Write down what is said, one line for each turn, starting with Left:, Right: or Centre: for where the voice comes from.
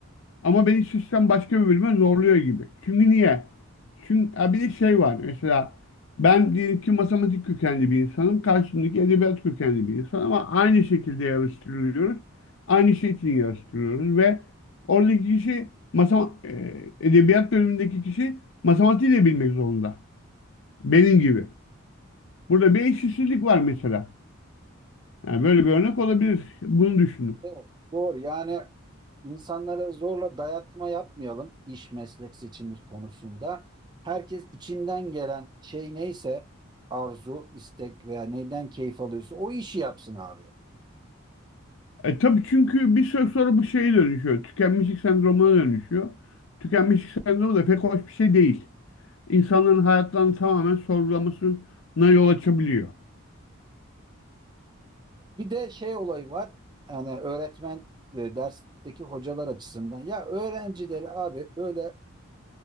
Left: Ama beni sistem başka bir bölüme zorluyor gibi. Çünkü niye? Çünkü ha bir de şey var mesela ben diyelim ki matematik kökenli bir insanım. Karşımdaki edebiyat kökenli bir insan ama aynı şekilde yarıştırılıyoruz. Aynı şey için yarıştırıyoruz ve oradaki kişi masama, e, edebiyat bölümündeki kişi matematiği de bilmek zorunda. Benim gibi. Burada bir eşitsizlik var mesela. Yani böyle bir örnek olabilir. Bunu düşünün.
Right: Evet. Doğru. Yani İnsanlara zorla dayatma yapmayalım iş meslek seçimi konusunda. Herkes içinden gelen şey neyse arzu, istek veya neyden keyif alıyorsa o işi yapsın abi.
Left: E tabii çünkü bir süre sonra bu şeye dönüşüyor. Tükenmişlik sendromuna dönüşüyor. Tükenmişlik sendromu da pek hoş bir şey değil. İnsanların hayatlarını tamamen sorgulamasına yol açabiliyor.
Right: Bir de şey olayı var. Yani öğretmen ve dersteki hocalar açısından. Ya öğrencileri abi böyle